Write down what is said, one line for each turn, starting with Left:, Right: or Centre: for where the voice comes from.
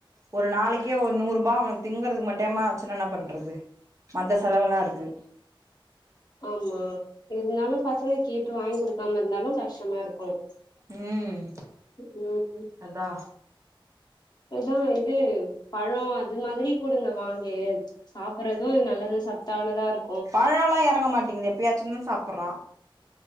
Right: ஒரு நாளைக்கே ஒரு நூறு ரூபாய் அவனுக்கு திங்குறதுக்கு மட்டும்மா அச்சன என்ன பண்றது மத்த செலவுல்லாம் இருக்கு
Left: ஆமா இருந்தலும் பசங்க கேட் வாங்கி கொடுக்காம இருந்தாலும் கஷ்டமா இருக்கும்
Right: ம்
Left: உம் உம்
Right: அதா
Left: அததான் இது பழம் அது மாதிரி கொடுங்க வாங்கி சாப்படுறதும் நல்லது சத்தானதா இருக்கும்
Right: பழம் எல்லாம் இறங்க மாட்டேங்குது எப்பயாச்சும் தா சாப்பிடுரா